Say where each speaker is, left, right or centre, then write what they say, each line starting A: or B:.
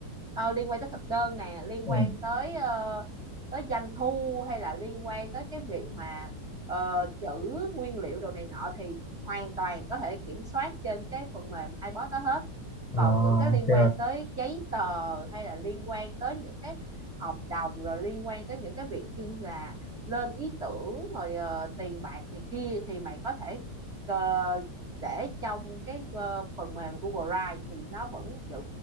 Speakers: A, on the right (about 35°); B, on the left (about 20°).
A: ờ, liên quan tới thực đơn nè liên
B: ừ.
A: quan tới ờ, tới doanh thu hay là liên quan tới cái việc mà ờ, chữ nguyên liệu đồ này nọ thì hoàn toàn có thể kiểm soát trên cái phần mềm iBot đó hết
B: à,
A: còn những cái
B: ok
A: liên quan tới giấy tờ hay là liên quan tới những cái hợp đồng rồi liên quan tới những cái việc như là lên ý tưởng rồi ờ, tiền bạc này kia thì mày có thể ờ, để trong cái ờ, phần mềm của Google Drive thì nó vẫn giữ